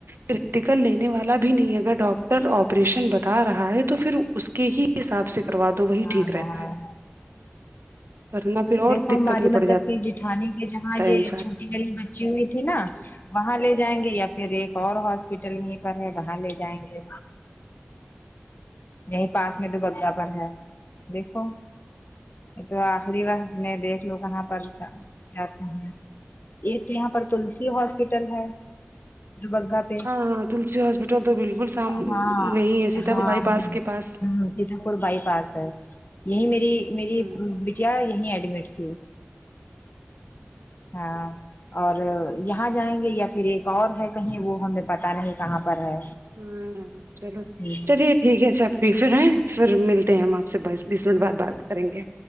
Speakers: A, on the right; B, on the left.
A: کریٹیکل لینے والا بھی نہیں اگر ڈاکٹر آپریشن بتا رہا ہے تو پھر اس کے ہی حساب سے کروا دو وہی
B: ہاں
A: ٹھیک
B: ہاں
A: رہتا ہے
B: ہاں
A: ورنہ پھر اور
B: دیکھو
A: دقت
B: ہماری
A: میں پڑ
B: مطلب
A: جاتا
B: کہ جیٹھانی کے جہاں
A: ہے
B: یہ
A: انسان
B: چھوٹی والی بچی ہوئی تھی نا وہاں لے جائیں گے یا پھر اور ہاسپٹل یہیں پر ہے وہاں لے جائیں گے یہی پاس میں دو بگگا پر ہے دیکھو یہ تو آخری وقت میں دیکھ لوں کہاں پر روکا جاتا ہیں ایک تو یہاں پر تلسی ہاسپٹل ہے دوبگہ پہ
A: ہاں ہاں تلسی ہاسپٹل تو بالکل سام
B: ہاں
A: وہیں ہے سیتا
B: ہاں
A: پور بائی پاس کے پاس
B: ہ سیتا پور بائی پاس ہے یہیں میری میری
A: ہاں
B: بٹیا یہی ایڈمٹ تھی ہاں اور یہاں جائیں گے یا پھر ایک اور ہے کہیں وہ ہمیں پتا نہیں کہاں پر ہے
A: ہوں چلو
B: ٹھیک ہے
A: چلیے ٹھیک ہے چھت پسراہا پھر ملتے ہیں ہم آپ سے بائیس بیس منٹ بعد
B: ٹھیک
A: بات کریں
B: ہے
A: گے